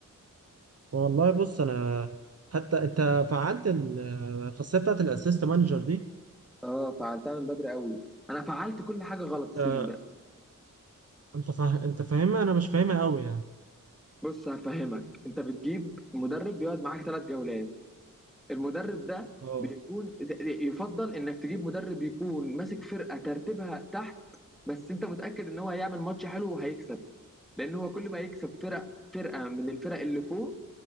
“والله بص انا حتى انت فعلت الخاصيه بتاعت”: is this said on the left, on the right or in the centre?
Right